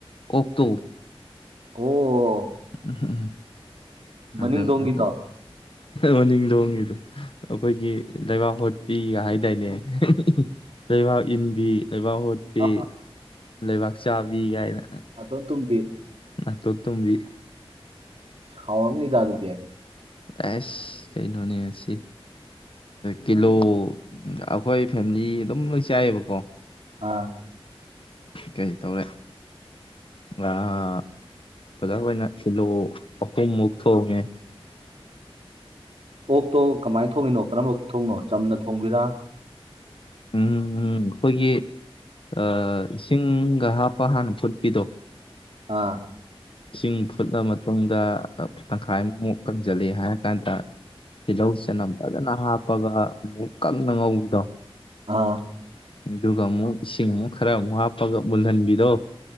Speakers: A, on the left (about 60°); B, on the right (about 75°).
A: ꯑꯣꯛꯇꯣ
B: ꯀꯩ ꯑꯣ
A: ꯎꯝ ꯎꯝ
B: ꯃꯅꯤꯡꯗꯣꯡꯒꯤꯗꯣ
A: ꯑꯗ ꯑꯗ ꯃꯅꯤꯡ ꯊꯣꯡꯒꯤꯗꯣ ꯑꯩꯈꯣꯏꯒꯤ ꯂꯩꯕꯥꯛ ꯍꯣꯠꯄꯤꯒ ꯍꯥꯏꯗꯥꯏꯅꯦ ꯍꯦ ꯍꯦ ꯂꯩꯕꯥꯛ ꯏꯟꯕꯤ ꯂꯩꯕꯥꯛ ꯍꯣꯠꯄꯤ
B: ꯑꯥ
A: ꯂꯩꯕꯥꯛ ꯆꯥꯕꯤ ꯀꯥꯏꯅ
B: ꯅꯥꯇꯣꯟ ꯇꯨꯝꯕꯤ
A: ꯅꯇꯦ ꯇꯨꯝꯕꯤ
B: ꯍꯥꯎꯔꯝꯅꯤꯗ ꯑꯗꯨꯗꯤ
A: ꯑꯦꯁ ꯀꯩꯅꯣꯅꯤ ꯉꯁꯤ ꯀꯤꯂꯣ ꯑꯩꯈꯣꯏ ꯐꯦꯃꯤꯂꯤ ꯑꯗꯨꯝ ꯂꯣꯏ ꯆꯥꯏꯑꯕꯀꯣ
B: ꯑꯥ
A: ꯀꯩ ꯇꯧꯔꯦ ꯑꯣꯖꯥ ꯍꯣꯏꯅ ꯀꯤꯂꯣ ꯑꯍꯨꯝꯃꯨꯛ ꯊꯣꯡꯉꯦ
B: ꯑꯣꯛꯇꯣ ꯀꯃꯥꯏꯅ ꯊꯣꯡꯉꯤꯅꯣ ꯀꯔꯝꯕ ꯊꯣꯡꯅꯣ ꯆꯝꯅ ꯊꯣꯡꯕꯤꯔꯥ
A: ꯎꯝ ꯑꯩꯈꯣꯏꯒꯤ ꯑꯥ ꯏꯁꯤꯡ ꯀ ꯍꯥꯞꯄ ꯍꯥꯟꯅ ꯐꯨꯠꯄꯤꯗꯣ
B: ꯑꯥ
A: ꯏꯁꯤꯡ ꯐꯨꯠꯂ ꯃꯇꯨꯡꯗ ꯇꯪꯈꯥꯏꯃꯨꯃꯨꯛ ꯀꯪꯁꯤꯂꯦ ꯍꯥꯏꯔ ꯀꯥꯟꯗ ꯇꯤꯜꯍꯧ ꯆꯦꯅꯝ ꯐꯖꯅ ꯍꯥꯞꯄꯒ ꯑꯃꯨꯛ ꯀꯪꯅ ꯉꯧꯕꯤꯗꯣ
B: ꯑꯥ
A: ꯑꯗꯨꯒ ꯑꯃꯨꯛ ꯏꯁꯤꯡ ꯑꯃꯨꯛ ꯈꯔ ꯑꯃꯨꯛ ꯍꯥꯞꯄꯒ ꯃꯨꯜꯍꯟꯕꯤꯗꯣ